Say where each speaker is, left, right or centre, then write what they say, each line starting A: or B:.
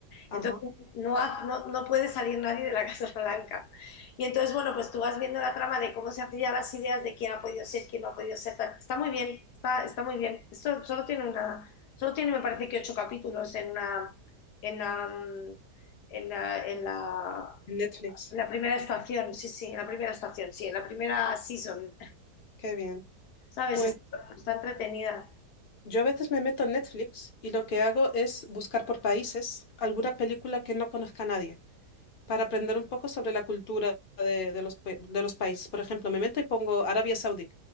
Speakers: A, on the left; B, on the left.
A: Ajá.
B: Entonces no, ha- no, no puede salir nadie de la Casa Blanca. Y entonces, bueno, pues tú vas viendo la trama de cómo se hacían las ideas de quién ha podido ser, quién no ha podido ser. tal. Está muy bien, está, está muy bien. Esto solo tiene una, solo tiene, me parece que ocho capítulos en una, en la, en la, en la
A: Netflix.
B: en la primera estación, sí, sí, en la primera estación, sí, en la primera season,
A: Qué bien.
B: ¿sabes?
A: Pues
B: Está, está entretenida.
A: yo a veces me meto en Netflix y lo que hago es buscar por países alguna película que no conozca nadie. para aprender un poco sobre la cultura de, de los, pa- de los países. Por ejemplo, me meto y pongo Arabia Saudí